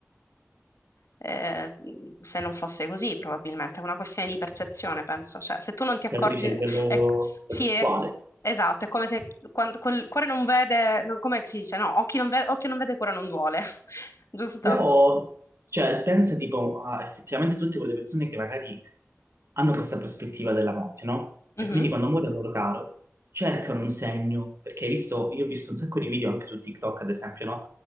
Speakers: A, on the left; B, on the right.
A: eh, se non fosse così, probabilmente. È una questione di percezione, penso. Cioè, se tu non ti accorgi,
B: Che tu dici a livello
A: è-
B: concettuale.
A: sì, è- esatto, è come se quando quel cuore non vede, no, come si dice? No, occhi non ve- occhio non vede, cuore non duole, <laughs> giusto?
B: Però, cioè, pensa tipo a effettivamente tutte quelle persone che magari hanno questa prospettiva della morte, no?
A: Mhm.
B: E quindi quando muore un loro caro, cercano un segno, perché hai visto, io ho visto un sacco di video anche su TikTok, ad esempio, no?